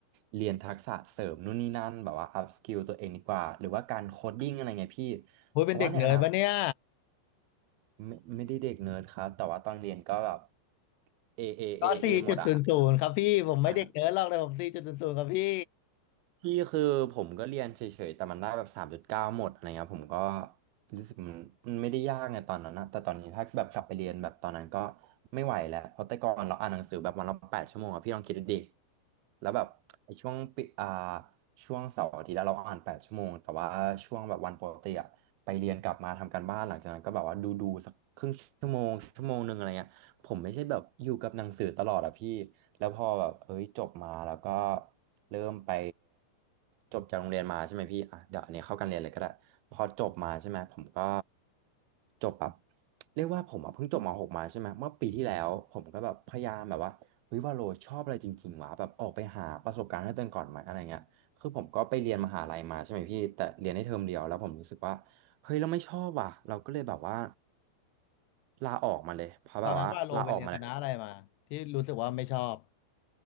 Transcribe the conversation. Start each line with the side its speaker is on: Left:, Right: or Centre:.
Right: เรียนทักษะเสริมนู่นนี่นั่นแบบว่าอัพสกิลตัวเองดีกว่าหรือว่าการโคดดิ้งอะไรเงี้ยพี่
Left: โอ้ยเป็นเด็กเนิร์ดปะเนี่ย
Right: เพราะว่าในอนาคตไม่ไม่ได้เด็กเนิร์ดครับแต่ว่าตอนเรียนก็แบบเอเอเอเอหมดอ่
Left: ก็สี่จุดศูนย์ศูนย์ครับพี่ผมไม่เด็กเนิร์ดหรอกแต่ผมสี่จุดศูนย์ศูนย์ครับพี่
Right: ะ พี่คือผมก็เรียนเฉยๆแต่มันได้แบบสามจุดเก้าหมดอะไรเงี้ยผมก็รู้สึกมันมันไม่ได้ยากไงตอนนั้นนะแต่ตอนนี้ถ้าแบบกลับไปเรียนแบบตอนนั้นก็ไม่ไหวแล้วเพราะแต่ก่อนเราอ่านหนังสือแบบวันละแปดชั่วโมงอะพี่ลองคิดดูดิแล้วแบบไอ้ช่วงปิอ่าช่วงเสาร์อาทิตย์แล้วเราอ่านแปดชั่วโมงแต่ว่าช่วงแบบวันปกติอะไปเรียนกลับมาทำการบ้านหลังจากนั้นก็แบบว่าดูดูสักครึ่งชั่วโมงชั่วโมงหนึ่งอะไรเงี้ย ผมไม่ใช่แบบอยู่กับหนังสือตลอดอะพี่แล้วพอแบบเอ้ยจบมาแล้วก็เริ่มไปจบจากโรงเรียนมาใช่ไหมพี่อ่ะเดี๋ยวอันนี้เข้าการเรียนเลยก็ได้พอจบมาใช่ไหมผมก็จบแบบเรียกว่าผมอะเพิ่งจบม .6 มาใช่ไหมเมื่อปีที่แล้วผมก็แบบพยายามแบบว่าเฮ้ยว่าโลชอบอะไรจริงๆวะแบบออกไปหาประสบการณ์ให้ตัวเองก่อนไหมอะไรเงี้ยคือผมก็ไปเรียนมหาลัยมาใช่ไหมพี่แต่เรียนได้เทอมเดียวแล้วผมรู้สึกว่า เฮ้ยเราไม่ชอบว่ะเราก็เลยแบบว่าลาออกมาเลยเพราะแบบว่าลาออกมาแล้ว
Left: ตอนนั้นว่าโลไปเรียนคณะอะไรมาที่รู้สึกว่าไม่ชอบ